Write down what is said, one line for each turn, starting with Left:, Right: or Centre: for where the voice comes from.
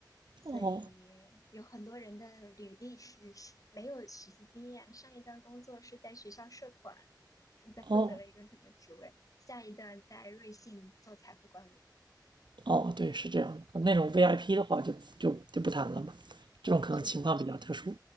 Left: 所以有很多人的履历是是没有实习经验，
Right: 哦，
Left: 上一段工作是在学校社团负责负责了一个什么职位，
Right: 哦，
Left: 下一段在瑞幸做财富管理。
Right: 哦，对，是这样的。那种 VIP 的话就，就就不谈了嘛。这种可能情况比较特殊。
Left: 是的。